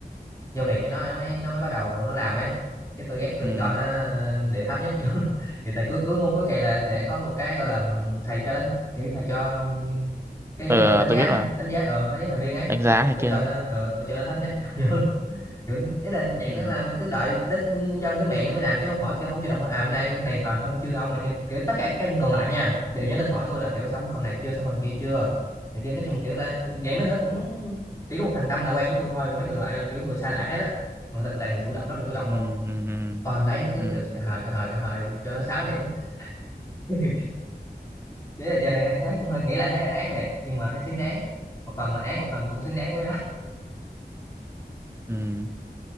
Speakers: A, on the left; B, on the right.
A: giao việc cho nó nó mới nó mới bắt đầu nó làm ấy cái tôi ghét tôi
B: ừ.
A: cho nó ờ, điểm thấp nhất nhau <laughs> thì tại cuối cuối môn cuối kỳ là sẽ
B: Ừ.
A: có một cái gọi là thầy cho đánh kiểu thầy cho um, cái nhóm
B: ờ
A: trưởng đánh giá
B: tôi biết mà
A: đánh giá ờ đánh giá thành viên ấy
B: đánh giá này
A: tôi
B: kia
A: cho
B: đâu
A: nó ờ tôi cho nó thấp nhất <laughs> Kiểu, ý là dạng
B: ừ.
A: nó làm là cứ đợi đến dân tới miệng mới làm chứ không hỏi kiểu không chủ động hỏi à hôm nay cái này phần làm xong chưa ông này kia kiểu tất cả các còn lại nha đều nhắn tin hỏi tôi là kiểu xong phần này chưa xong phần kia chưa này kia nói chung kiểu ta dạng mấy người đó cũng chỉ có một thằng Tâm là quen với tôi thôi còn mấy người lại là kiểu người xa lạ hết á mà người ta toàn là chủ động rất là chủ động
B: Ừ.
A: luôn
B: Ừ.
A: còn thằng đấy nó cứ
B: Ừ.
A: kiểu cà
B: Ừ.
A: hời cà hời cà hời cho nó sáu điểm <laughs> thế là chơi thì ấy cũng hơi nghĩ lại thấy là ác liệt nhưng mà thấy xứng đáng một phần là ác một phần cũng xứng đáng với nó
B: Ừ.